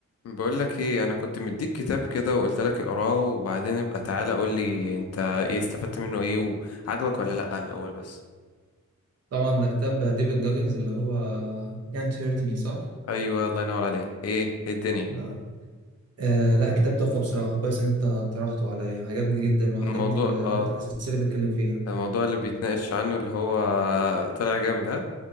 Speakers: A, on the left (about 55°); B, on the right (about 55°).
A: بقول لك ايه انا كنت مديك كتاب كده وقلت لك اقراه وبعدين ابقى تعالى قول لي انت ايه استفدت منه ايه وعجبك ولا لا الاول بس
B: طبعا ده كتاب ديفيد جاجنز اللي هو Can't Hurt Me صح؟
A: ايوه الله ينور عليك ايه إيه الدنيا
B: آه. آه لا كتاب تحفة بصراحة كويس إن أنت اقترحته عليا عجبني جدا وعجبني
A: الموضوع
B: النقطة
A: اه
B: الأساسية اللي بيتكلم فيها
A: الموضوع اللي بيتناقش عنه اللي هو طلع جامد ها